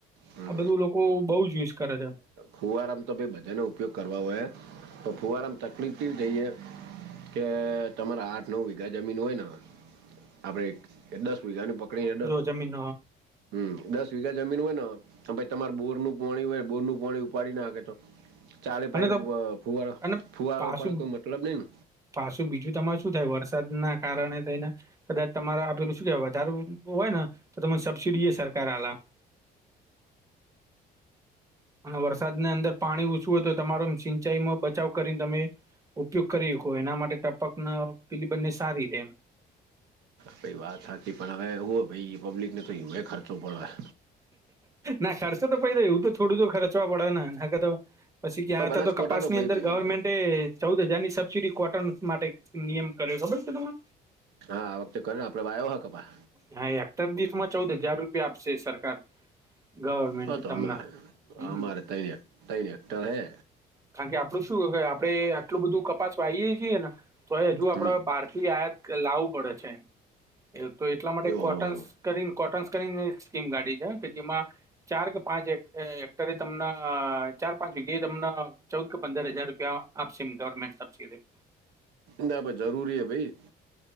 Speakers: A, on the right; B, on the right.
A: હમ.
B: આ બધું લોકો બોવ જ યુઝ કરે છે.
A: ફુવારામ તો ભય બધાને ઉપયોગ કરવા હોય તો ફુવારામ તકલીફથી જઈએ કે તમારા આઠ નવ વીઘા જમીન હોય ને આપડે એ દસ વિધા પકડી એ ત
B: જમીન
A: હમ દસ વીઘા જમીન હોય ને ભાઈ તમાર બોરનું પાણી હોય બોર નું પાણી ઉપાડી નાખે તો ચાલે
B: અને
A: ભાઈ ફુવાર
B: અને
A: ફુવારો
B: પાછું
A: ઉપર કોઈ મતલબ નઈને
B: પાછું બીજું તમારે શું થાય વરસાદના કારણે થઈને કદાચ તમારે આપે શું કેવાય વધારે હોય ને તો તમે સબસિડી સરકાર આલા અને વરસાદને અંદર પાણી ઓછું હોય તો તમારો સિંચાઈમાં બચાવ કરીને તમે ઉપયોગ કરી હકો એના માટે ટપકના પેલી બંને સારી રે એમ
A: પાઈ વાત સાચી પણ હવે હું ભાઈ પબ્લિકને તોમેય ખર્ચો પડે
B: ના ખર્ચો તો પહી એવું તો થોડું જો ખર્ચવા પડે ને <inaudible> પછી ક્યાં હતા
A: બનાસકાંઠા
B: તો કપાસની
A: ભાઈ
B: અંદર
A: ભાઈ
B: ગવર્મેન્ટ એ ચૌવુદ હજાર ની સબસિડી કોટન માટે નિયમ કર્યો ખબર છે, તમને?
A: હા આ વખતે કરે ને આપડે વાયો હક પા
B: હા હેક્ટર દીઠમાં ચૌવુદ હજાર રૂપિયા આપશે સરકાર ગવર્મેન્ટ
A: હ તો
B: તમને
A: અમારે
B: હમ
A: અમારે ત તૈ એક્ટર હૈ
B: કારણ કે આપડું શું આપડે આટલું બધું કપાસ વાહીએ છીએ ને તો હજુ આપડ
A: હમ
B: બારથી આયાત કે લાવું પડે છે, એમ તો એટલા માટે
A: ઓહો
B: કોટન્સ કરીને કોટન્સ કરીને એક સ્કીમ કાઢી છે, કે જેમાં ચાર કે પાંચ હેક‌ એ હેક્ટરે તમને ચાર પાંચ વિગ્યા તમને ચૌદ કે પંદર હજાર રૂપિયા. આપ સિઘરમેન્ટ સબ્સિડી.
A: ના જરૂરી હે ભાઈ